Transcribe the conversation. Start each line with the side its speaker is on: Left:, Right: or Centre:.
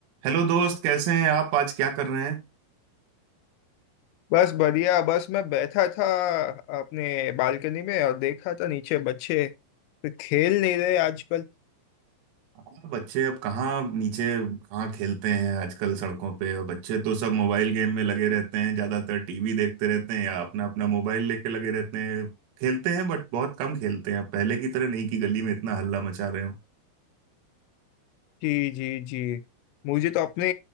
Right: Hello दोस्त कैसे हैं आप आज क्या कर रहे हैं
Left: बस बढ़िया बस मैं बैठा था अपने बालकनी में और देखा था नीचे बच्चे तो खेल नहीं रहे आजकल
Right: हाँ बच्चे अब कहाँ नीचे कहाँ खेलते हैं आजकल सड़कों पे और बच्चे तो सब मोबाइल गेम में लगे रहते हैं ज्यादातर टीवी देखते रहते हैं या अपना अपना मोबाइल लेके लगे रहते हैं खेलते हैं बट बहुत कम खेलते हैं अब पहले की तरह नहीं कि गली में इतना हल्ला मचा रहे हो
Left: जी जी जी मुझे तो अपने